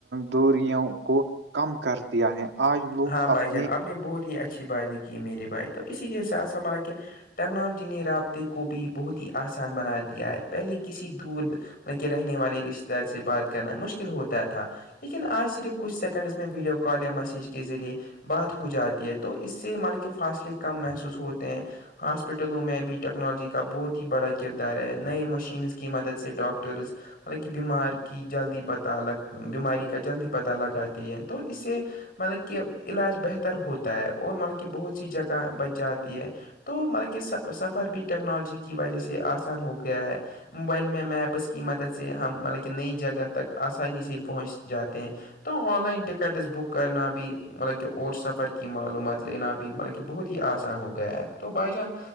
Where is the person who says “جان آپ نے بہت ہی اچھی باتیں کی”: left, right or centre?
Left